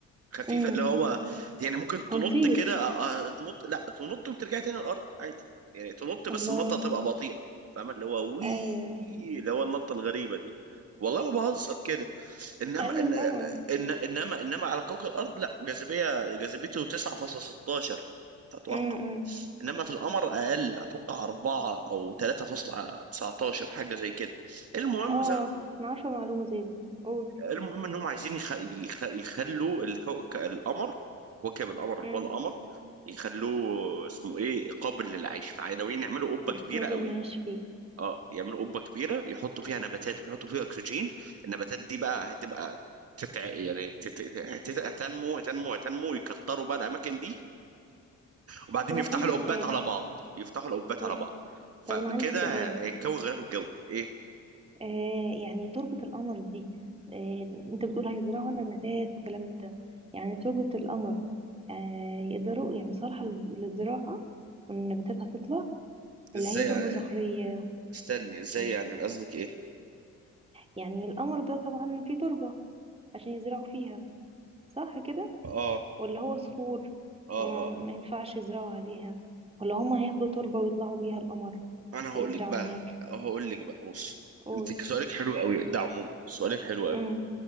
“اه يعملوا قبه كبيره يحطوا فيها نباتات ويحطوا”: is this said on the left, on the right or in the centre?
Right